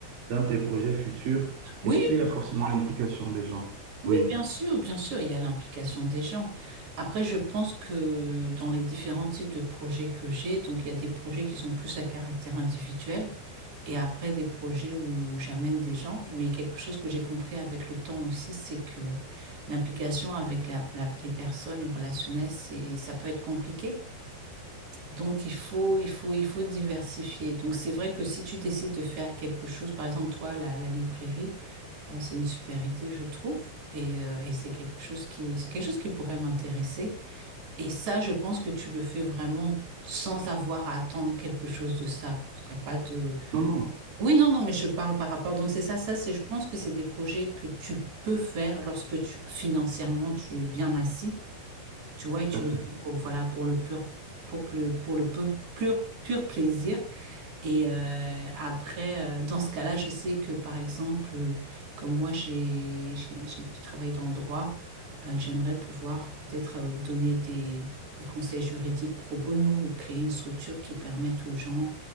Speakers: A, on the right; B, on the right.
A: dans tes projets futurs.
B: Oui,
A: Est-ce qu'il y a forcément l'implication des gens?
B: Oui,
A: Oui.
B: bien sûr, bien sûr, il y a l'implication des gens. Après, je pense que dans les différents types de projets que j'ai, donc il y a des projets qui sont plus à caractère individuel et après des projets où j'amène des gens. Mais quelque chose que j'ai compris avec le temps aussi, c'est que l'implication avec la- la- les personnes, les relationnel, c'est, ça peut être compliqué. Donc il faut, il faut, il faut diversifier. Donc c'est vrai que si tu décides de faire quelque chose, par exemple toi, la la librairie, ah, c'est une super idée, je trouve. Et, euh, et c'est quelque chose qui, c'est quelque chose qui pourrait m'intéresser. Et ça, je pense que tu le fais vraiment sans avoir à attendre quelque chose de ça. Il y a pas de...
A: Non, non,
B: Oui, non, non, mais je parle par rapport. Donc c'est ça, ça, c'est, je pense que c'est des projets que tu peux faire lorsque tu, financièrement, tu es bien assis. Tu vois, et tu
A: tout à
B: le
A: fait.
B: fais pour, voilà, pour le pur, pour le, pour le pur, pur, pur plaisir. Et euh, après, euh, dans ce cas-là, je sais que par exemple, euh, comme moi, j'ai j'ai j'ai travaillé dans le droit, euh, j'aimerais pouvoir peut-être euh, donner des, des conseils juridiques pro bono ou créer une structure qui permette aux gens